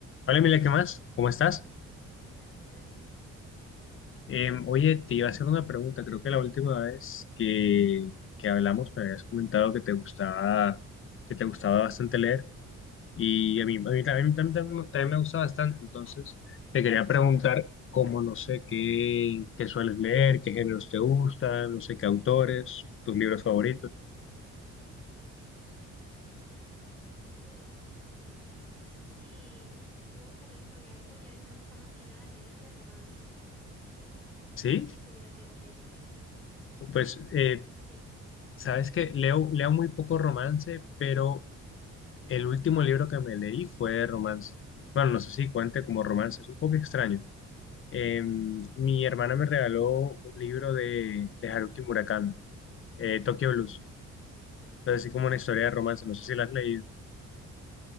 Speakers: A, on the left; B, in the centre.
A: Hola Emilia, ¿qué más? ¿Cómo estás?
B: Hola, ¿qué tal?
A: Em, oye, te iba a hacer una pregunta. Creo que la última vez que, que hablamos me habías comentado que te gustaba, que te gustaba bastante leer y a mí, a mí también,
B: Sí,
A: también- también- también me gusta bastante. Entonces, te quería preguntar, cómo no sé qué, qué sueles leer, qué géneros te gustan, no sé qué autores, tus libros favoritos.
B: bueno, no sé si te gusta lo mismo que a mí, porque a mí me gusta más que nada leer de romance.
A: ¿Sí?
B: ¿Cuál es el género que vos lees más?
A: Pues, eh,
B: Sí,
A: sabes que leo, leo muy poco romance, pero El último libro que me leí fue de romance. Bueno, no sé si cuente como romance, es un poco extraño. Eh, mi hermana me regaló un libro de, de Haruki Murakami, eh, Tokyo Blues. Entonces, así como una historia de romance, no sé si la has leído.